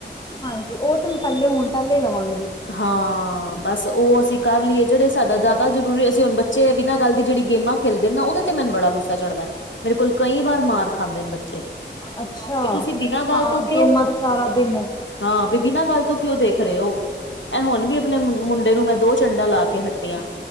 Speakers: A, on the left (about 20°); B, on the left (about 85°).
A: ਹਾਂਜੀ, ਔ ਤੇ ਹੁ- ਪਹਿਲੇ ਹੁਨ ਪੈਲੇ ਲਵਾਂਗੀ।
B: ਹਾਂ, ਬਸ ਉਹ ਅਸੀਂ ਕਰ ਲੀਏ ਜਿਹੜੇ ਸਾਦਾ ਜਾਦਾ ਜ਼ਰੂਰੀ ਅਸੀਂ ਹੁਣ ਬੱਚੇ ਵੀਨਾਂ ਗੱਲ ਦੀ ਜਿਹੜੀ ਗੇਮਾਂ ਖੇਲਦੇ ਨਾ ਉਹਦੇ ਤੇ ਮੈਨੂੰ ਬੜਾ ਗੁੱਸਾ ਚੜ੍ਹਦਾ। ਮੇਰੇ ਕੋਲ਼ ਕਈ ਵਾਰ ਮਾਰ ਖਾਂਦੇ ਨੇ ਬੱਚੇ।
A: ਅੱਛਾ,
B: ਵੀ ਤੁਸੀਂ ਬਿਨਾਂ ਗੱਲ
A: ਹਾਂ
B: ਤੋਂ ਕਿਉਂ
A: ਗੇਮਾਂ ਤੇ ਸਾਰਾ ਦਿਨ
B: ਹਾਂ, ਬਿ ਬਿਨਾਂ ਗੱਲ ਤੋਂ ਕਿਉਂ ਦੇਖ ਰਏ ਹੋ? ਐ ਹੁਣ ਵੀ ਆਪਣੇ ਮੁੰ ਮੁੰਡੇ ਨੂੰ ਮੈਂ ਦੋ ਚੰਡਾ ਲਾ ਕੇ ਹੱਟੀਆਂ।